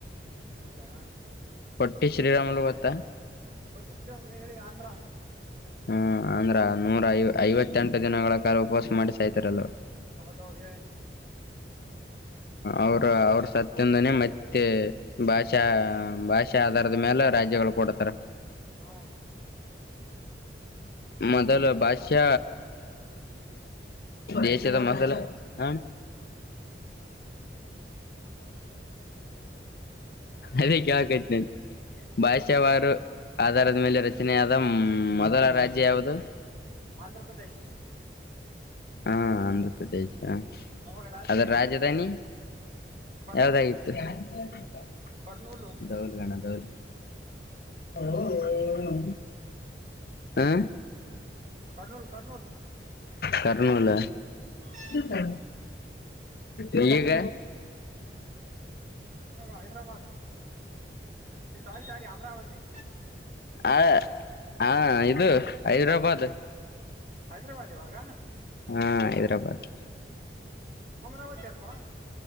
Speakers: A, on the right; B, on the left.
A: ಹೌದಾ
B: ಟಿ ಶ್ರೀರಾಮಲು ಗೊತ್ತ
A: ಗೊತ್ತು ಶ್ರೀರಾಮುಲು ಹೇಳಿ ಆಂಧ್ರ
B: ಹ್ಮ್ ಆಂಧ್ರ ನೂರ ಐವತ್ತೆಂಟು ದಿನಗಳ ಕಾಲ ಉಪವಾಸ ಮಾಡಿ ಸಾಯತಾರಲ್ಲ ಅವರು
A: ಹೌದೌದು ಹೇಳಿ
B: ಅವ್ರ ಅವ್ರ ಸತ್ಯಂದಾನೇ ಮತ್ತೆ ಭಾಷೆ ಭಾಷಾ ಭಾಷೆ ಆಧಾರದ ಮೇಲೆ ರಾಜ್ಯಗಳು ಕೊಡ್ತಾರೆ
A: ಹಾ
B: ಮೊದಲು ಭಾಷ್ಯ ದೇಶ ಮೊದಲ ಹಾ ಅದೇ ಕೇಳಾಕತ್ತೀನಿ ಭಾಷಾವಾರು ಆಧಾರದ ಮೇಲೆ ರಚನೆಯಾದ ಮೊದಲ ರಾಜ್ಯ ಯವುದು
A: ಆಂಧ್ರ ಪ್ರದೇಶ್
B: ಹಾ ಆಂಧ್ರ ಪ್ರದೇಶ್ ಹಾ
A: ಅವಾಗ ರಾಜಧಾನಿ
B: ಅದ್ರ
A: ಯಾವ್ದಾಯ್ತು
B: ರಾಜಧಾನಿ
A: ಅದ್ರದ್ದು ಕರ್ನೂಲ್
B: ಯಾವ್ದಾಗಿತ್ತು <inaudible>
A: ಕರ್ನೂಲು
B: ದೌಲ್ಗಣ ದೌಲ್ ಹಲೋ ಏನು ಹಾ
A: ಕರ್ನೂಲ್ ಕರ್ನೂಲ್
B: ಕರ್ನೂಲ್
A: ಹ್ಮ್
B: ಹಾ <inaudible> ಈಗ
A: ಇವಾಗ ಹೈದ್ರಾಬಾದ್ ಸಾರಿ ಸಾರಿ ಅಮರಾವತಿ
B: ಹಾ ಹಾ ಇದು ಹೈದ್ರಾಬಾದ್
A: ಹೈದ್ರಾಬಾದ್ ಇವಾಗ
B: ಹಾ ಹೈದ್ರಾಬಾದ್
A: ಅಮರಾವತಿ ಅಲ್ವಾ